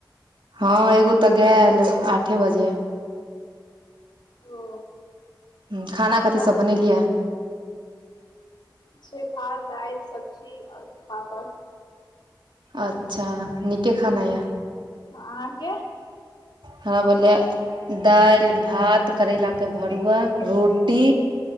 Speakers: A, on the right (about 85°); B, on the left (about 65°).
A: हँ एगो तऽ गैल आठे बजे
B: ओ
A: हुं खाना कथी
B: अब
A: सब बनेलियै
B: छै भात दाइल सब्जी आर पापड़
A: अच्छा नीके खाना यै
B: ह अहाँके
A: हमर बनलैयै दाइल भात करैला के भरुआ रोटी